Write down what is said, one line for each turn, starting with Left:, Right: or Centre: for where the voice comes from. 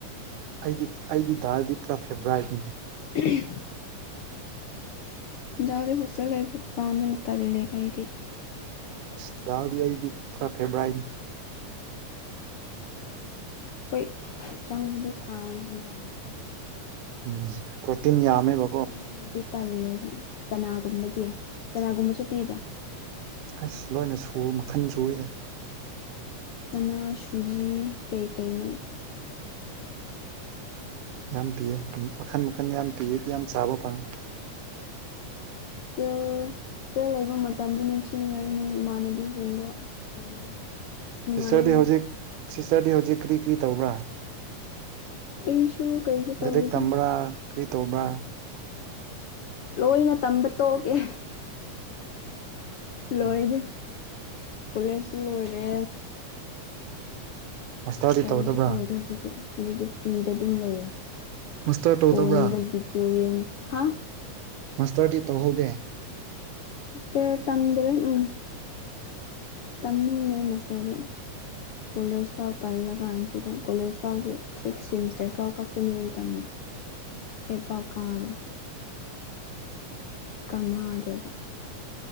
Right: ꯑꯩꯗꯤ ꯑꯩꯗꯤ ꯗꯥꯜꯗꯤ ꯄꯨꯔꯥ ꯐꯦꯕ꯭ꯔꯥꯏꯠꯅꯤ꯫
Left: <unintelligible> ꯗꯥꯜꯗꯤ ꯍꯣꯁꯇꯦꯜ ꯂꯩꯕꯀꯥꯟꯗꯅ ꯇꯜꯂꯦ ꯑꯩꯗꯤ꯫
Right: ꯑꯁ ꯗꯥꯜꯗꯤ ꯑꯩꯗꯤ ꯄꯨꯔꯥ ꯐꯦꯕ꯭ꯔꯥꯏꯠꯅꯤ꯫
Left: ꯍꯣꯏ ꯍꯛꯆꯥꯡꯕꯨꯗꯤ ꯐꯥꯅꯤ ꯗꯥꯜꯗꯨꯅ꯫
Right: ꯎꯝ ꯄ꯭ꯔꯣꯇꯤꯟ ꯌꯥꯝꯃꯦꯕ꯫
Left: ꯆꯥꯃꯜꯂꯗꯤ ꯇꯜꯂꯦꯗ ꯆꯅꯥꯒꯨꯝꯕꯗꯤ ꯆꯅꯥꯒꯨꯝꯕꯁꯨ ꯄꯤꯕ꯭ꯔꯥ꯫
Right: ꯑꯁ ꯂꯣꯏꯅ ꯁꯨ ꯃꯈꯟ ꯁꯨꯋꯦꯗ꯫
Left: ꯆꯅꯥ ꯁꯨꯖꯤ ꯀꯩꯀꯩꯅꯣ꯫
Right: ꯌꯥꯝ ꯄꯤꯌꯦ ꯎꯝ ꯃꯈꯟ ꯃꯈꯟ ꯌꯥꯝ ꯄꯤꯌꯦ ꯌꯥꯝ ꯆꯥꯕ ꯐꯪꯉꯦ꯫
Left: ꯎꯝ ꯍꯣꯁꯇꯦꯜ ꯂꯩꯕ ꯃꯇꯝꯗꯨ ꯅꯤꯡꯁꯤꯡꯉꯛꯏꯅꯦ ꯏꯃꯥꯟꯅꯕꯤꯁꯤꯡꯗꯣ ꯑꯁ <unintelligible> ꯅꯨꯡꯉꯥꯏ
Right: ꯁꯤꯁꯇꯔꯗꯤ ꯍꯧꯖꯤꯛ ꯁꯤꯁꯇꯔꯗꯤ ꯍꯧꯖꯤꯛ ꯀꯔꯤ ꯀꯔꯤ ꯇꯧꯕ꯭ꯔꯥ꯫
Left: ꯑꯩꯁꯨ ꯀꯩꯁꯨ
Right: ꯂꯥꯏꯔꯤꯛ
Left: ꯇꯧꯗꯦꯗ
Right: ꯇꯝꯕ꯭ꯔꯥ ꯀꯔꯤ ꯇꯧꯕ꯭ꯔꯥ꯫
Left: ꯂꯣꯏꯅ ꯇꯝꯕ ꯇꯣꯛꯑꯦ꯫ ꯂꯣꯏꯔꯦ
Right: ꯎꯝ
Left: ꯀꯣꯂꯦꯖꯁꯨ ꯂꯣꯏꯔꯦ꯫
Right: ꯃꯥꯁꯇꯔꯗꯤ
Left: ꯀꯔꯤꯁꯨ
Right: ꯇꯧꯗꯕ꯭ꯔꯥ
Left: ꯇꯧꯗ꯭ꯔꯦ ꯍꯧꯖꯤꯛꯇꯤ ꯍꯧꯖꯤꯛꯇꯤ ꯐ꯭ꯔꯤꯗ ꯑꯗꯨꯝ ꯂꯩꯌꯦ꯫
Right: ꯃꯁꯇꯔ ꯇꯧꯗꯕ꯭ꯔꯥ
Left: ꯐꯣꯟꯗ ꯚꯤꯗꯤꯌꯣ ꯌꯦꯡ ꯍꯥ
Right: ꯃꯥꯁꯇꯔꯗꯤ ꯇꯧꯍꯧꯗꯦ꯫
Left: ꯃꯥꯁꯇꯔ ꯇꯝꯗ꯭ꯔꯦ ꯎꯝ꯫ ꯇꯝꯅꯤꯡꯗ꯭ꯔꯦ ꯃꯥꯁꯇꯔꯗꯤ ꯀꯣꯂꯦꯖ ꯐꯥꯎ ꯇꯜꯂꯀꯥꯟꯁꯤꯗ ꯀꯣꯂꯦꯖ ꯐꯥꯎꯁꯨ ꯁꯤꯛꯁ ꯁꯦꯃꯤꯁꯇꯔ ꯐꯥꯎ ꯀꯛꯇꯣꯏꯅꯦ ꯑꯩ ꯇꯝꯕ ꯑꯦꯠ ꯐꯥꯎ ꯀꯥꯗ꯭ꯔꯦ ꯀꯥꯟꯅꯗꯦꯕ꯫